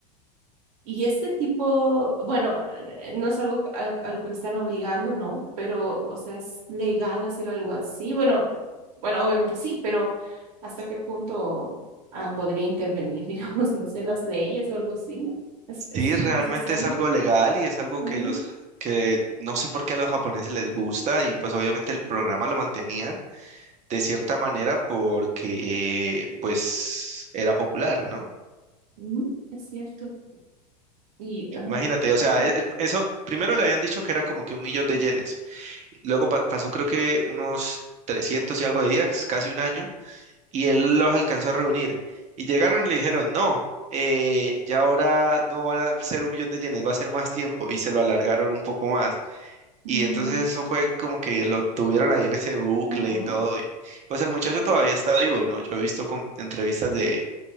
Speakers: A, on the right; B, on the right.
A: Y este tipo, bueno, eh, no es algo a, a lo que le están obligando, ¿no? Pero, o sea, es legal hacer algo así. Bueno, bueno, obviamente sí, pero ¿hasta qué punto ah, podría intervenir, <laughs> digamos, no sé, las leyes o algo así? Es,
B: Sí,
A: es- sí,
B: realmente
A: es extraño.
B: es algo legal y es algo
A: Ujú,
B: que los que no sé por qué a los japoneses les gusta y pues obviamente el programa lo mantenían de cierta manera porque pues era popular, ¿no?
A: ujú, es cierto. Y, ah,
B: Imagínate, o sea,
A: ay,
B: e- el- eso primero le habían dicho que era como que un millón de yenes. Luego pa- pasó creo que unos 300 y algo de días, casi un año, y él los alcanzó a reunir. Y llegaron y le dijeron, no, eh, ya ahora no van a ser un millón de yenes, va a ser más tiempo. Y se lo alargaron un poco más.
A: mm,
B: Y entonces eso fue como que lo tuvieron ahí en ese bucle
A: ujú,
B: y todo. y- pues el muchacho todavía está vivo, ¿no? Yo he visto con- entrevistas de,